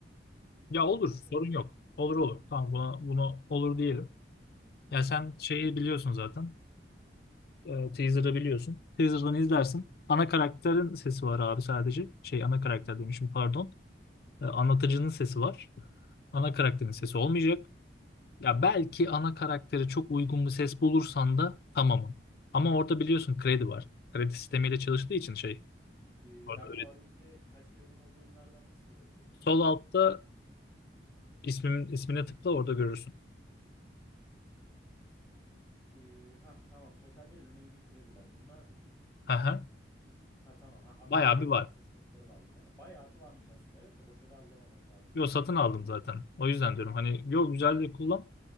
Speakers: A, on the left (about 55°); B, on the left (about 15°).
A: Ya olur,
B: hoş olur.
A: sorun yok. Olur olur. Tamam buna, bunu olur diyelim. Ya sen
B: Tamam.
A: şeyi biliyorsun zaten. Ee, teaser'ı biliyorsun. Teaser'dan izlersin.
B: Hı hı.
A: Ana karakterin sesi var abi sadece. Şey ana karakter demişim pardon. Ee, anlatıcının sesi var. Ana karakterin sesi olmayacak. Ya belki ana karaktere çok uygun bir ses bulursan da tamamım. Ama orada biliyorsun kredi var. Kredi sistemiyle çalıştığı için şey
B: Ee,
A: orada
B: ben
A: öyle.
B: bu arayüzde kaç kredim olduğunu nereden nasıl görebilirim şu
A: Sol
B: anda?
A: altta ismin, ismine tıkla orada görürsün.
B: Ee, ha tamam total ve remaining krediler bunlar mı?
A: Hı hı.
B: Ha tamam ha upgrade
A: Bayağı bir
B: falan
A: var.
B: seçenekleri var yine. Bayağı bir varmış aslında. Evet de boşa da harcamamak lazım
A: Yo
B: yani
A: satın
B: öyle
A: aldım
B: deney deneye.
A: zaten. O yüzden diyorum hani yo güzel diye kullan.